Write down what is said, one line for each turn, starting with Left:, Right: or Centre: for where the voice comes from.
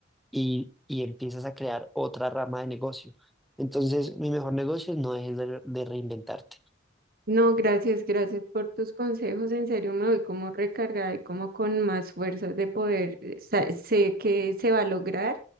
Centre: y, y empiezas a crear otra rama de negocio. Entonces, mi mejor negocio es no dejes de, de reinventarte.
Right: No, gracias, gracias por tus consejos. En serio, me voy como recargada y como con más fuerzas de poder. eh, sa- Sé que se va a lograr